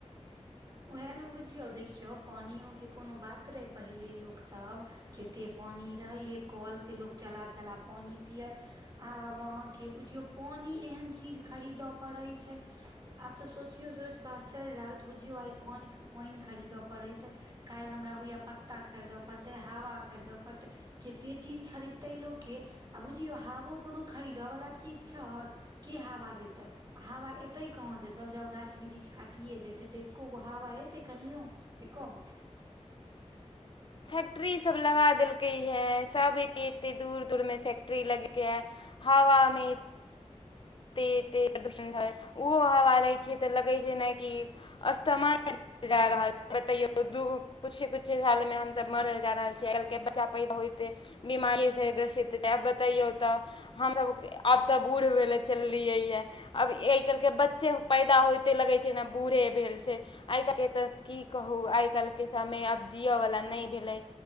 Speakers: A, on the right (about 35°); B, on the left (about 45°).
A: ओहे ने बुझियौ, देखियौ पानियो के कोनो बात रहै पहिले लोकसभ कतेक पानि रहै, ए कल से लोक चला चला पानि पियै। आब अहाँके बुझियौ पानि एहन चीज खरीदय पड़ै छै। आब तऽ सोचियौ सोचिकऽ आश्चर्य लागत बुझियौ आइ पानि पैन खरीदऽ पड़ैत छै। काल्हि हमरा होइए पत्ता खरीदय पड़तै हवा खरीदय पड़तै। कतेक चीज खरीदतै लोक यै आ बुझियौ हवो कोनो खरीदयवला चीज छय। के हवा देतै आ हवा एतै कहाँसे सब जब गाछ बिरिछ काटिए देतै त। ओ हवा एतै कनियो से कहु।
B: फैक्ट्री सब लगा देलकै हे सब एते एते दूर दूरमे फैक्ट्री लगेलकैये, हवामे एते एते प्रदूषण है, ओहो हवा रहै छै त लगै छै जेनाकि अस्थमा के जा रहल, बतैयो दू कुछ कुछ सालमे हमसभ मरल जा रहल छी आइ काल्हि के बच्चा पैदा होइते बीमारी सं ग्रसित छै, आब बतैयौ त आब त बूढ़ भेलै चललियै ये, आब ए आइ काल्हिके बच्चे पैदा होइते लगैत छै जेना बूढ़े भेल छै। आइ काल्हि त की कहू आइ काल्हिके समय आब जीअ वला नै भेलै।